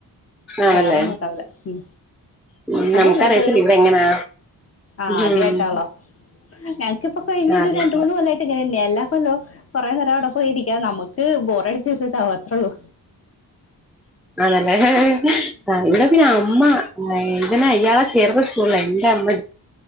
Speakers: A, in the centre; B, on the left (about 35°).
A: ആണല്ലേ
B: വേറെന്നുണ്ടാവില്ല മ്
A: ഉം
B: അതെ
A: നമുക്കറിയത്തില്ല
B: <unintelligible>
A: ഇവിടെ എങ്ങനാ
B: ആദ്യായിട്ടാണല്ലോ
A: ഉം
B: ഞങ്ങ്ക്ക് കഴിഞ്ഞൊരു
A: അതെ
B: രണ്ടുമൂന്നു
A: അതെ
B: കൊല്ലായിട്ടിങ്ങ എല്ലാ കൊല്ലോം കൊറേ നേരം അവ്ടെ പോയിരിക്ക നമ്മക്ക് ക്ക് ബോറടിച്ച് <unintelligible> അത്രേ ഒള്ളൂ
A: ആണല്ലേ ഹ് ഹ് ഇന്ന പിന്നെ അമ്മ അതിനെ ഇയാളെ ചേർന്ന സ്കൂള എന്റെ അമ്മ